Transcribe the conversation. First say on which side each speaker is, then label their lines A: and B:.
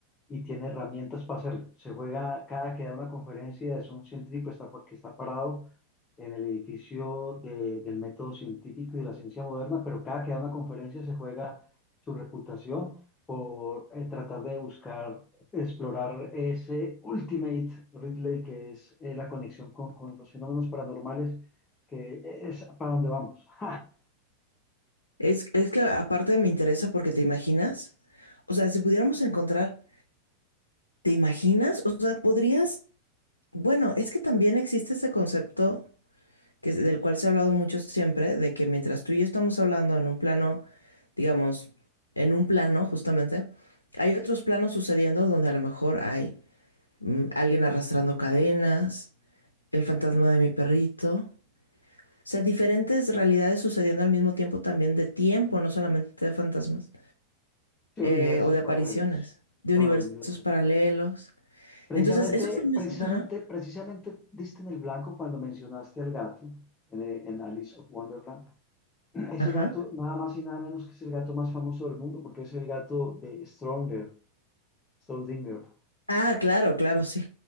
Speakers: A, on the left; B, on the left.
A: y tiene herramientas para hacerlo. Se juega cada que da una conferencia, es un científico está, que está parado en el edificio de- del método científico y de la ciencia moderna, pero cada que da una conferencia se juega su reputación por eh, tratar de buscar, explorar ese ultimate Ridley que es eh, la conexión con, con los fenómenos paranormales, que es para donde vamos. <laughs>
B: Es, es que aparte me interesa porque te imaginas, o sea, si pudiéramos encontrar, ¿te imaginas? O sea, podrías, bueno, es que también existe ese concepto que es- del cual se ha hablado mucho siempre, de que mientras tú y yo estamos hablando en un plano, digamos, en un plano justamente, hay otros planos sucediendo donde a lo mejor hay mm, alguien arrastrando cadenas, el fantasma de mi perrito, o sea, diferentes realidades sucediendo al mismo tiempo también de tiempo, no solamente de fantasmas,
A: Sí,
B: eh,
A: Universos
B: o de apariciones,
A: paralelos.
B: de
A: Claro,
B: universos
A: universos.
B: paralelos.
A: Precisamente,
B: Entonces, eso se me
A: precisamente,
B: hace- Ajá,
A: precisamente diste en el blanco cuando mencionaste al gato en, en Alice of Wonderland. Ese
B: ajá.
A: gato, nada más y nada menos que es el gato más famoso del mundo, porque es el gato de Stronger, Strodinger.
B: Ah, claro, claro, sí.